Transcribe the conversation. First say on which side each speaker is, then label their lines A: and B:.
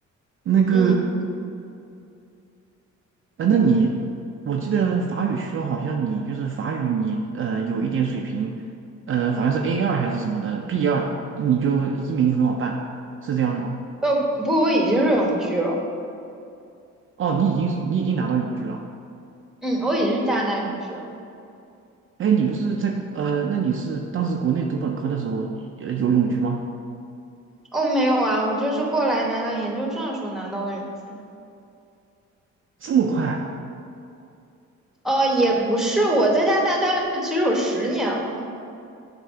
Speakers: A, on the right; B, in the centre.
A: 那个，
B: 嗯，
A: 呃那你，我记得法语学的好像你就是法语你呃有一点水平，呃好像是 A 二还是什么的 B 二，你就移民很好办，是这样的吗？
B: 呃，不过我已经是永居了。
A: 哦，你已经是你已经拿到永居了。
B: 嗯，我已经是加拿大永居了。
A: 哎，你不是在呃，那你是当时国内读本科的时候呃有永居吗？
B: 哦，没有啊，我就是过来拿到研究生的时候拿到的永居。
A: 这么快？
B: 呃，也不是，我在加拿大待了其实有十年了。